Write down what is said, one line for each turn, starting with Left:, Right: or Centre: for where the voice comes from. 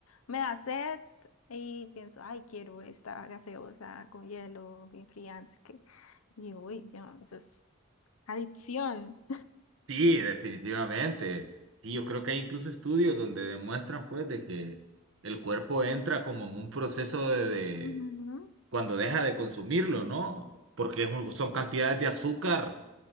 Left: me da sed y pienso, ay, quiero esta gaseosa con hielo, bien fría, no sé qué. Y yo, uy, ya, eso es adicción.
Right: Sí, definitivamente. Sí, yo creo que hay incluso estudios donde demuestran, pues, de que el cuerpo entra como en un proceso de, de-
Left: Ujú,
Right: cuando deja de consumirlo, ¿no? Porque es
Left: Sí,
Right: un- son cantidades de azúcar